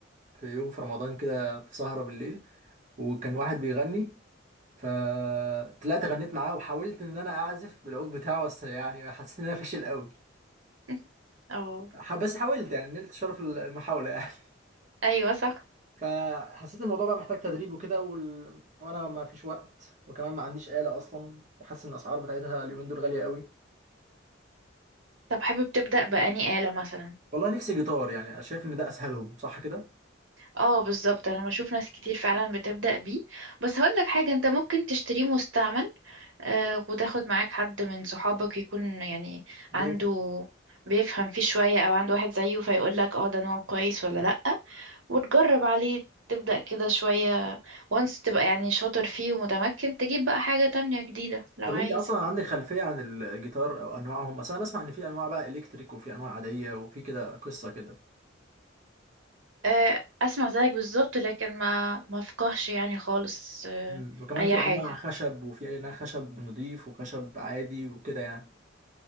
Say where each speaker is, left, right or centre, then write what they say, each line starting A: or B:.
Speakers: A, on the right (about 40°); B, on the right (about 75°).
A: في يوم في رمضان كده في سهرة بالليل وكان واحد بيغني فطلعت غنيت معاه وحاولت ان انا اعزف بالعود بتاعه بس يعني حسيت ان انا فاشل قوي
B: <laughs> اه
A: ح- بس حاولت يعني نلت شرف المحاولة يعني <laughs>
B: أيوة صح
A: فحسيت الموضوع بقى محتاج تدريب وكده وال... وانا ما فيش وقت وكمان ما عنديش آلة اصلا وحاسس ان الاسعار بتاعتها اليومين دول غالية قوي
B: طب حابب تبدأ بأني آلة مثلا
A: والله نفسي جيتار يعني أنا شايف ان ده اسهلهم صح كده؟
B: اه بالظبط انا بشوف ناس كتير فعلا بتبدأ بيه بس هقول لك حاجة انت ممكن تشتريه مستعمل آه، وتاخد معاك حد من صحابك يكون يعني عنده
A: دي
B: بيفهم فيه شوية او عنده واحد زيه فيقول لك اه ده نوع كويس ولا لأ وتجرب عليه تبدأ كده شوية وانس تبقى يعني شاطر فيه ومتمكن تجيب بقى حاجة تانية جديدة لو
A: طب
B: عايز
A: انت اصلا عندك خلفيه عن الجيتار او انواعهم بس انا بسمع ان في انواع بقى الكتريك وفي انواع عاديه وفي كده قصه كده
B: آه، اسمع زيك بالظبط لكن ما ما فقهش يعني خالص آه،
A: مم. وكمان
B: اي
A: في
B: حاجة
A: انواع خشب وفي انواع خشب نضيف وخشب عادي وكده يعني